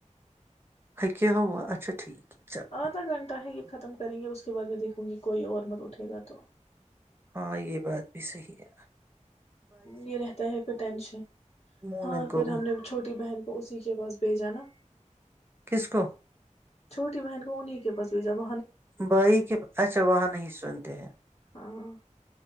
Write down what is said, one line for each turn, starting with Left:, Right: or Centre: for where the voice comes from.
Right: ہک ہوا اچھا ٹھیک ہے چلو
Left: آدھا گھٹہ ہےگ خطم ختم کریں گے اس کے بعد میں دیکھوں گی کوئی اور مت اٹھے گا تو
Right: ہاں یہ بات بھی صحیح ہےیار
Left: یہ رہتا ہے پھر ٹینشن
Right: مومن
Left: ہاں
Right: کو
Left: پھر ہم نے چھوٹی بہن کو اسی کے پس بھیجا نہ
Right: کس کو
Left: چھوٹی بہن کو انیں کے پاس بھی جب
Right: بائی کے اچھا وہاں نہیں سنتے ہیں
Left: ہاں